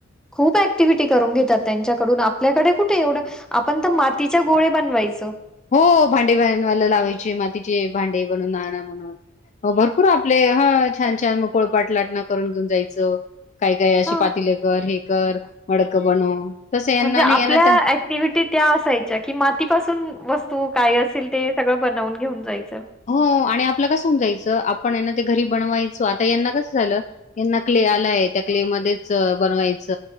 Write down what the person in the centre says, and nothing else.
खूप ऍक्टिव्हटी करून घेतात त्यांच्याकडून. आपल्याकडे कुठे एवढं आपण तर मातीच्या गोळे बनवायचो.
हां.
म्हणजे आपल्या
ऍक्टिव्हटी त्या असायच्या की मातीपासून वस तू काय असेल ते सगळं बनवून घेऊन जायच.